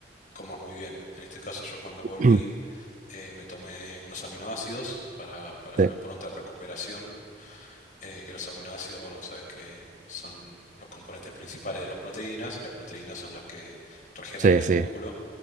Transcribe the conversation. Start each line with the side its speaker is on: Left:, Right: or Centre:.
Left: comas muy bien. En este caso, yo cuando
Right: <clears throat>
Left: volví, eh, me tomé unos aminoácidos para, para
Right: Sí,
Left: una pronta recuperación, eh, que los aminoácidos, bueno, vos sabés que son los componentes principales de las proteínas, y las proteínas son las que regeneran
Right: sí,
Left: el
Right: sí,
Left: músculo.